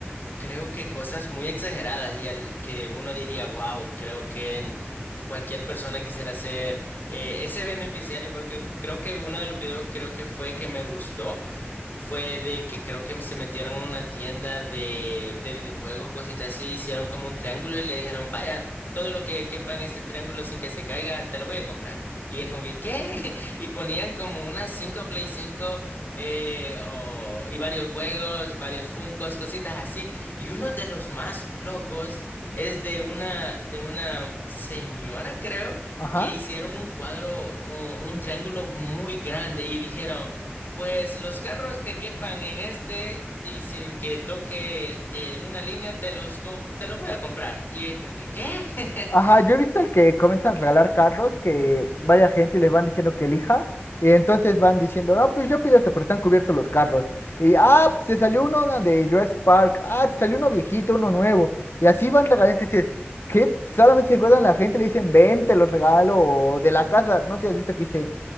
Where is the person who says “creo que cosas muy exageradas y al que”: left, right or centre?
Left